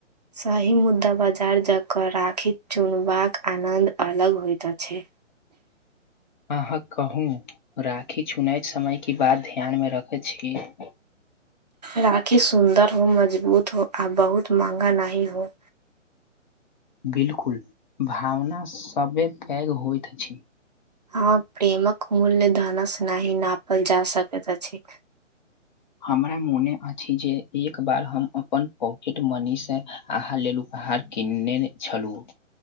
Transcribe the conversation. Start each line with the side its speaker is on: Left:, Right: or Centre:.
Right: सही मुद्दा बाजार जकऽ राखी चुनबाक आनन्द अलग होइत अछि।
Left: अहां कहू राखी चुनैत समय की बात ध्यान मे रख छीलेये।
Right: राखी सुन्दर हो, मजबूत हो, आ बहुत महंगा नहि हो।
Left: बिलकुल भावना सबे पैग होइत अछि।
Right: हाँ प्रेमक मूल्य धनस नहि नापल जा सक त अछि।
Left: हमरा मोने अछि जे एक बार हम अपन पॉकेट मनीसँ अहाँ लेल उपहार किनने छलहुँ।